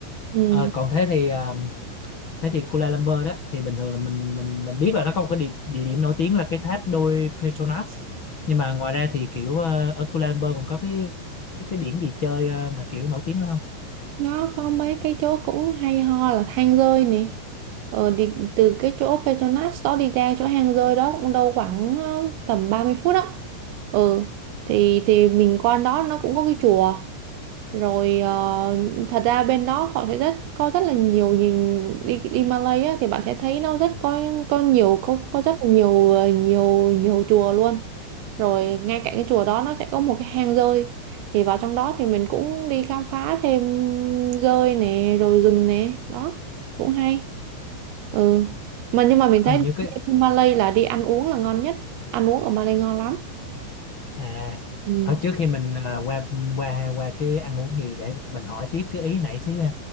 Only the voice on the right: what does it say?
Ừ.
nó có mấy cái chỗ cũng hay ho là hang rơi nè ờ, đi, từ cái chỗ Petronas đó đi ra chỗ hang rơi đó cũng đâu khoảng ờ, tầm 30 phút á ừ thì thì mình qua đó nó cũng có cái chùa rồi ờ, thật ra bên đó họ sẽ rất có rất là nhiều nhìn đi đi Malay á, thì bạn sẽ thấy nó rất có có nhiều có có rất là nhiều ờ, nhiều nhiều chùa luôn rồi ngay cạnh cái chùa đó nó sẽ có một cái hang dơi thì vào trong đó thì mình cũng đi khám phá thêm dơi nè rồi rừng nè đó cũng hay ừ mà nhưng mà mình
thấy
Malay là đi ăn uống là ngon nhất ăn uống ở Malay ngon lắm
ừ.